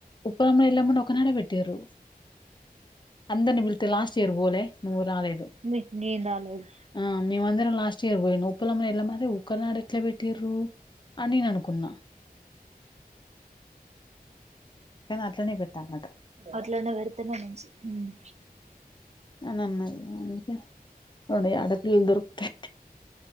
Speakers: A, on the left; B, on the right.
A: ఉప్పయమ్మ ఎల్లమ్మని ఒకనాడె పెట్టింరు అందరిని బిల్ లాస్ట్ ఇయర్ పోలే నువ్వు రాలేదు
B: నీకు నేను రాలేదు
A: అ మేము అందరం లాస్ట్ తెరు పోయిన్ను ఉప్పలమ్మ ఎల్లమ్మలు ఒకనాడు ఎట్లా పెట్టింరు అన్నయ నాను కొన్నా కానీ అట్లనే పెట్టాలన్నట
B: అట్లానె పడు తిన్నా నించి హ్మ్
A: అని అన్నది అందుకే రెండు ఆడపిల్లలు దొరుకుతె